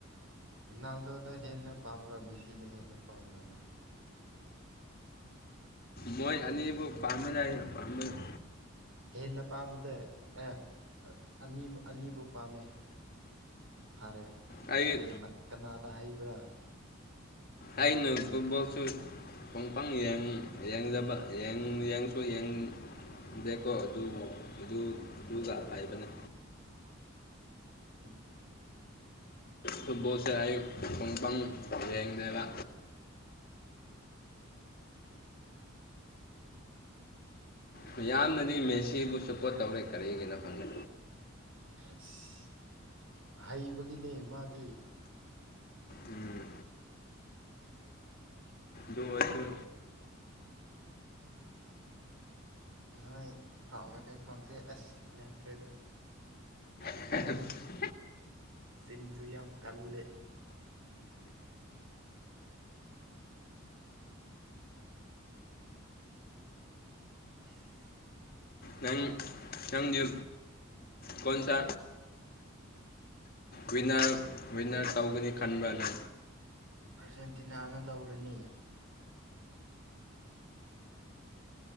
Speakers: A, on the right; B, on the left.
A: ꯔꯣꯅꯥꯜꯗꯣꯗ ꯍꯦꯟꯅ ꯄꯥꯝꯕ꯭ꯔꯥ ꯃꯤꯁꯤꯗ ꯍꯦꯟꯅ ꯄꯥꯝꯕ꯭ꯔꯥ ꯅꯪ
B: ꯃꯣꯏ ꯑꯅꯤꯕꯨ ꯄꯥꯝꯃꯦꯗ ꯑꯩ ꯄꯥꯝꯕꯗꯨꯝ
A: ꯍꯦꯟꯅ ꯄꯥꯝꯕꯗꯣ ꯑꯦ ꯑꯥ ꯑꯅꯤꯃꯛ ꯑꯅꯤꯕꯨ ꯄꯥꯝꯃꯦ ꯐꯔꯦ
B: ꯑꯩ
A: ꯑꯗꯨ ꯀꯅꯥ ꯀꯅꯥꯅ ꯍꯩꯕ꯭ꯔꯥ ꯅꯣꯏ
B: ꯑꯩꯅ
A: ꯑꯅꯤꯗꯒꯤ
B: ꯐꯨꯠꯕꯣꯜꯁꯨ <unintelligible> ꯌꯦꯡ ꯌꯦꯡꯗꯕ ꯌꯦꯡ ꯌꯦꯡꯁꯨ ꯌꯦꯡ ꯗꯦꯀꯣ ꯑꯗꯨ ꯑꯗꯨ ꯑꯗꯨꯒ ꯑꯀꯥꯏꯕꯅꯦ
A: <inaudible>
B: ꯐꯨꯠꯕꯣꯜꯁꯦ ꯑꯩꯌꯨꯛ ꯄꯨꯡ ꯄꯪ ꯌꯦꯡꯗꯦꯕ ꯃꯌꯥꯝꯅꯗꯤ ꯃꯦꯁꯤꯕꯨ ꯁꯥꯄꯣꯠ ꯇꯧꯔꯦ ꯀꯔꯤꯒꯤꯅꯣ ꯈꯪꯗꯦ
A: ꯍꯁ ꯍꯩꯕꯒꯤꯅꯦ ꯃꯥꯗꯤ
B: ꯎꯝ ꯗꯨꯑꯣꯏꯁꯨ
A: ꯅꯣꯏ ꯐꯥꯎꯅ ꯀꯩ ꯈꯣꯡꯁꯦ ꯑꯁ ꯌꯥꯗ꯭ꯔꯦꯗ
B: <unintelligible>
A: ꯆꯤꯟꯖꯨ ꯌꯥꯝ ꯀꯜꯂꯦ <unintelligible>
B: ꯅꯪ ꯅꯪꯗꯤ ꯀꯣꯟꯁꯥ ꯋꯤꯟꯅꯔ ꯋꯤꯟꯅꯔ ꯇꯧꯒꯅꯤ ꯈꯟꯕ꯭ꯔꯅ
A: ꯑꯥꯔꯖꯦꯟꯇꯤꯅꯥꯅ ꯂꯧꯔꯅꯤ